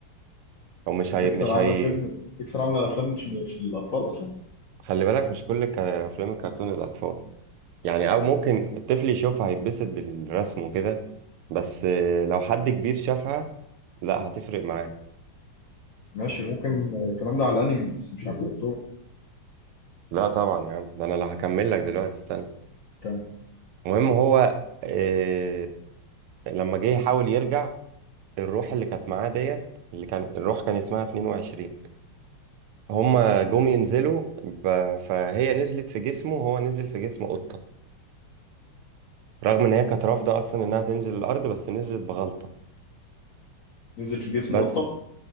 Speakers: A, on the right; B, on the left.
A: أو مش
B: بيكسار
A: هي مش
B: عامله
A: هي
B: فيلم بيكسار عامله افلام مش مش للاطفال اصلا
A: خلي بالك مش كل الك- أفلام الكرتون للأطفال يعني او ممكن الطفل يشوفها هيتبسط بالرسم وكده بس آه، لو حد كبير شافها لا هتفرق معاه
B: ماشي ممكن الكلام ده على الانمي بس مش على الكرتون
A: لا طبعا يا عم ده انا لو هكمل لك دلوقتي استنى
B: كان
A: المهم هو آه لما جه يحاول يرجع الروح اللي كانت معاه ديت اللي كان الروح كان اسمها 22 هما جم ينزلوا ب- فهي نزلت في جسمه وهو نزل في جسم قطة رغم ان هي كانت رافضة اصلا انها تنزل الارض بس نزلت بغلطة
B: نزل في جسم
A: بس
B: قطه